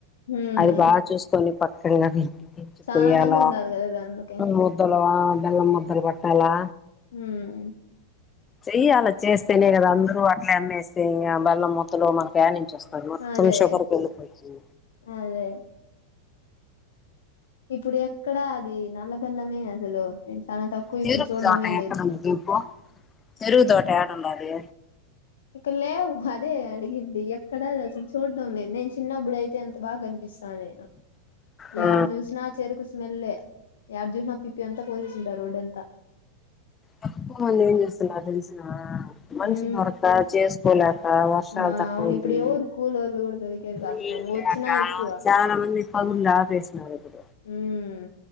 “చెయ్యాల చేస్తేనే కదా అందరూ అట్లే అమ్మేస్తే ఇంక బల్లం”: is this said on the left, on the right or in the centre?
Left